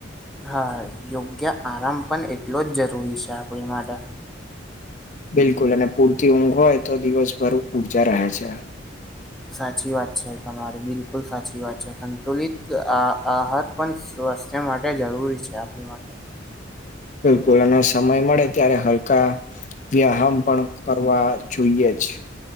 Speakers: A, in the centre; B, on the left.
A: હા યોગ્ય આરામ પણ એટલો જ જરૂરી છે આપણી માટે.
B: બિલકુલ અને પૂરતી ઊંઘ હોય તો દિવસભર ઉર્જા રહે છે.
A: સાચી વાત છે તમારી બિલકુલ સાચી વાત છે સંતુલિત આ આહાર પણ. સ્વાસ્થ્ય માટે જરૂરી છે આપણી માટે.
B: બિલકુલ અને સમય મળે ત્યારે હલકા વ્યાયામ પણ કરવા જોઈએ છે.